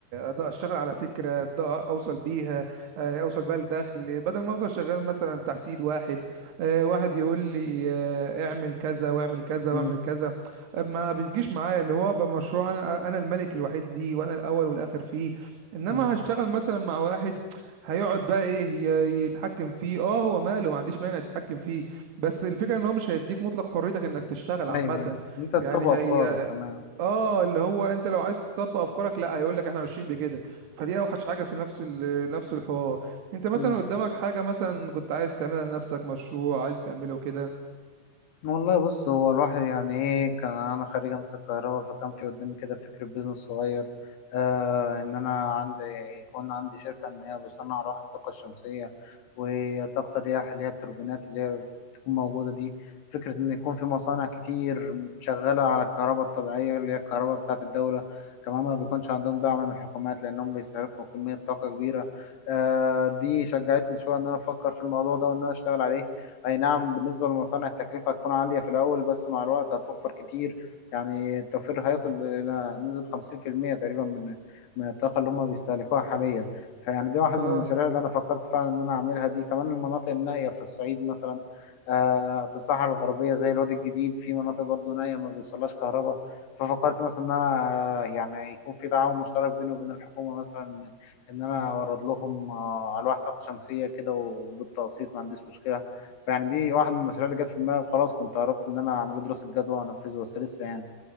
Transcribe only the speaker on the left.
مم.
مم.
ايوه ايوه انت تطبق
افكارك
كمان
مم.
والله بص هو الواحد يعني ايه كان انا خريج هندسه الكهرباء فكان في قدامي كده فكره بيزنس صغير آه ان انا عندي يكون عندي شركه ان هي بصنع لوح الطاقه الشمسيه وطاقه الرياح اللي هي التوربينات اللي هي بتكون موجوده دي فكره ان يكون في مصانع كتير شغاله على الكهرباء الطبيعيه اللي هي الكهرباء بتاعه الدوله كمان ما بيكونش عندهم دعم من الحكومات لانهم بيستهلكوا كميه طاقه كبيره آه دي شجعتني شويه ان انا افكر في الموضوع ده وان انا اشتغل عليه اي نعم بالنسبة للمصانع التكلفة هتكون عالية في الاول بس مع الوقت هتوفر كتير يعني التوفير هيصل الى نسبة 50% تقريبا من من الطاقة اللي هم بيستهلكوها حاليا فيعني دي واحد
من المشاريع اللي انا فكرت فعلا ان انا اعملها دي كمان المناطق النائية في الصعيد مثلا آه، في الصحراء الغربية زي الوادي الجديد في مناطق برضو نائية ما بيوصلهاش كهرباء ففكرت مثلا ان انا آه، يعني يكون في تعاون مشترك بيني وبين الحكومة مثلا ان انا اورد لهم آه، الواح طاقة شمسية كده وبالتقسيط ما عنديش مشكلة فيعني دي واحد من المشاريع اللي جت في دماغي وخلاص كنت قربت ان انا اعمله دراسة جدوى وانفذه بس لسه يعني